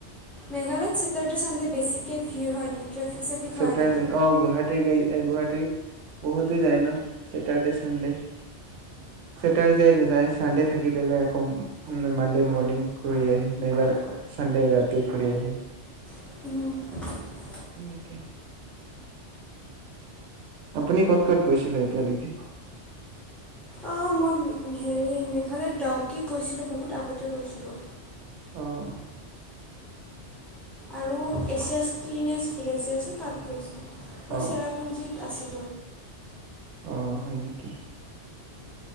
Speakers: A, in the centre; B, on the right (about 80°).
A: মেঘালয়ত চতাৰদে, চানদে বেছিকৈ ভিৰ হয় নেকি? ট্ৰেফিক চেফিক হয়
B: চেটাৰদে
A: নেকি
B: অ' গুৱাহাটী-গুৱাহাটী, বহুতে যায় ন চেটাৰ্ডে চানডে-চেটাৰডে যায় চানডে থাকি পেলেলাই আকৌ মানডে মৰ্ণিং ঘূৰি আহে নাইবা, চানডে ৰাতি ঘূৰি আহে।
A: <inaudible>
B: নিকে আপুনি ক'ত-ক'ত গৈছিলে এতিয়ালৈকে?
A: অঁ মই হেৰি মেঘালয়ত ডাউকী গৈছিলোঁ। বহুত আগতে গৈছিলোঁ।
B: অহ
A: আৰু এছিয়াছ ক্লিনেছ ভিলজ আছে তাত গৈছোঁ। আৰু
B: অ
A: চেৰাপুঞ্জীত আছিল
B: অ' হয় নেকি?